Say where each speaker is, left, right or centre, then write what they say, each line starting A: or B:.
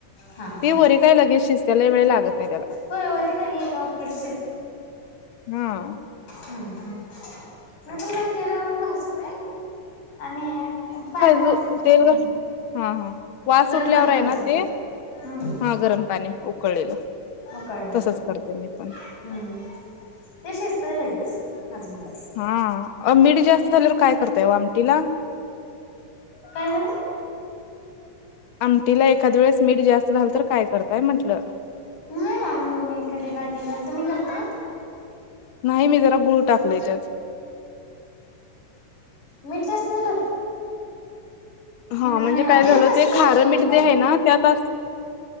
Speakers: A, on the left; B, on the left.
A: हा
B: ती
A: हा.
B: वरी काय लगेच शिज त्याला वेळ लागत नाही त्याला,
A: होय वरील लगे एका उकडीत
B: हा.
A: हम्म-हम्म, मी पण जरा तेल घालून भाजतोय आणि, मग पाणी. घालून
B: तू तेल,
A: हम्म.
B: हा-हा वास
A: गरम
B: सुटल्यावर
A: पाणी
B: आहे
A: घालतोय
B: ना, ते.
A: त्यात. हम्म
B: हा गरम पाणी उकळलेलं,
A: उकळलेलं
B: तसच करते मी पण.
A: हम्म, ते शिजतंय लगेच. पाच मिनटात.
B: हा, अ मीठ जास्त झाल्यावर काय करताय ओ आमटीला.
A: काय झालं.
B: आमटीला एखाद वेळेस मीठ जास्त झालं तर काय करताय म्हटलं?
A: नाही ना, मी कधी काय केलं. तुम्ही करता?
B: नाही मी जरा गुळ टाकलाय त्यात.
A: मीठ जास्त झालं.
B: हा
A: नाही
B: म्हणजे काय
A: तेल
B: झालं,
A: जास्त
B: ते
A: झालेलं
B: खारं
A: म्हणताय.
B: मीठ जे आहे ना त्यातास